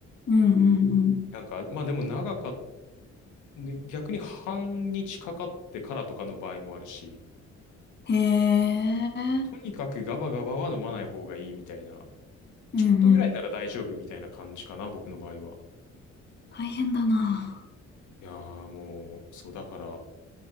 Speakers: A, on the left; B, on the left.
A: うんうん
B: なんか、まあでも長かっで、逆に半日かかってからとかの場合もあるし、
A: うん。へえ。
B: とにかくガバガバは飲まない方がいいみたいな、
A: うんうん。
B: ちょっとぐらいなら大丈夫みたいな感じかな、僕の場合は。
A: 大変だな。
B: いやーもう、そうだから、